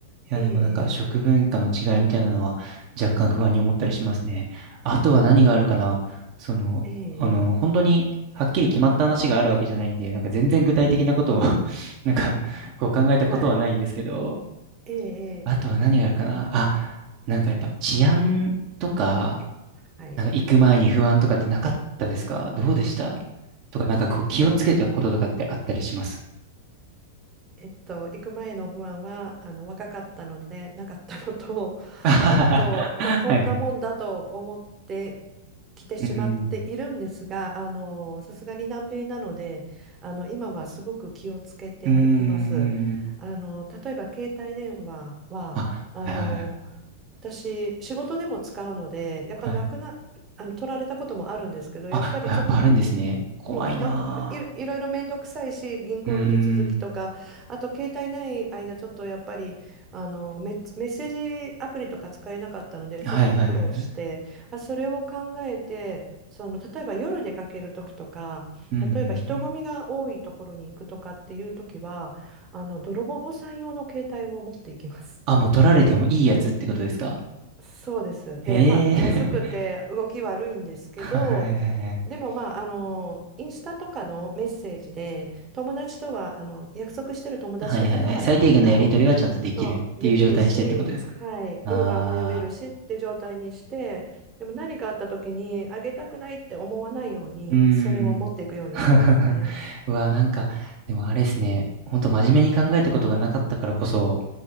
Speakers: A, on the right; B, on the right.
A: いや、
B: ええ
A: でもなんか食文化の違いみたいなのは若干不安に思ったりしますね。あとは何があるかなその、
B: えええ
A: あの、本当にはっきり決まった話があるわけじゃないんで、なんか全然具体的なことを <laughs> なんかこう考えたことはないんですけど、
B: えはい。え
A: あとは何があるかなあ、
B: えええ
A: なんかやっぱ治安とか、
B: はい。
A: なんか行く前に不安とかってなかったですかどうでしたとか、なんかこう気をつけたこととかってあったりします
B: えっとえっと、行く前の不安はあの若かったのでなかったのと、<laughs>
A: <laughs> はいはい。
B: あと、まあ、こんなもんだと思ってきてしまっているんですが、
A: うーん。
B: あのさすがに南米なので、あの今はすごく気をつけています。
A: うーん。
B: あの例えば携帯電話はあの私仕事でも使うのでやっぱなくなあの取られたこともあるんですけどやっぱりちょっと
A: あ、はいはいはい。はい。あ、あやっぱあるんですね。怖いな
B: もう、まあ、い、いろいろ面倒くさいし、銀行の手続きとか、
A: ぁ。うーん。
B: あと携帯ない間、ちょっとやっぱりあのメッ、メッセージアプリとか使えなかったので、
A: はいはいはい。
B: ちょっと苦労して、あ、それを考えて、その例えば夜出かける時とか、
A: うんうん。
B: 例えば人混みが多いところに行くとかっていう時は、あの泥棒さん用の携帯を持っていきます。
A: あ、もう取られてもいいやつってことですか
B: そうです。
A: へえ。
B: で、まあ、安くて動き悪いんですけど、
A: <laughs> はいはいはい。
B: でも、まあ、あの、インスタとかのメッセージで、友達とは、あの、約束してる友達とかとは、
A: はいはいはい。最低限のやり取りはちゃんとできるっていう状態にしてってことですかああ
B: あの、のできるし、はい、ウーバーも呼べるしって状態にして、でも何かあった時に、あげたくないって思わないように、
A: ー、うーん。
B: それを持っていくようにしてますね。
A: <laughs> うわ、なんか、でもあれですね。ほんと真面目に考えたことがなかったからこそ、